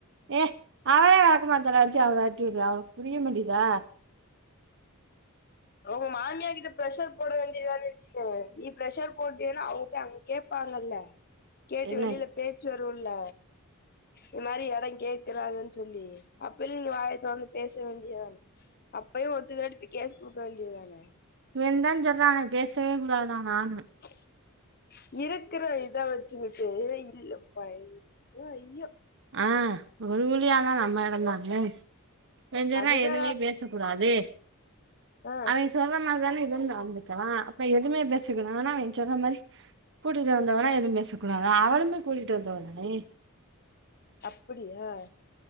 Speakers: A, on the right; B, on the left.
A: ஏ அவரே வழளக்கமாத்தால்ல அடிச்சு அவ வெரட்டி விடுறா புரிய மாட்டிதா
B: ஓ மாமியா கிட்ட பிர்ரெஷர் போட வேண்டியதான டி நீ ப்ரெஷர் போட்டேன்னா அவங்க போய் அங் கேப்பாங்கல்ல கேட்டு
A: என்ன
B: வெளியில பேச்சு வருல்ல இது மாரி எட கேக்குறாங்கன்னு சொல்லி அப்பிலு நீ வாய தொறந்து பேச வேண்டியதான அப்பையு ஒத்துக்காட்டி போய் கேஸ் குடுக்க வேண்டியதுதான
A: இவன்தா சொல்ரான்ல பேசவே கூடாதா நானு
B: <inaudible> இருக்கிற இத வச்சுக்கிட்டு இல்ல ப ஐயோ ஐயோ
A: ஆ ஒரு வழியா தா நம்ம எடந்தானே கெஞ்சன்னா
B: அதுதா
A: எதுவுமே பேச கூடாது
B: ஆ
A: அவ சொல்ற மாரி தானே இவனு நடந்துக்குறா அப்ப எதுமே பேசக்கூடாதுன்னா அவ சொன்ன மாரி கூட்டிட்டு வந்தவனா எதும் பேசக்கூடாதா அவளுமே கூட்டிட்டு வந்தவ தானே
B: அப்படியா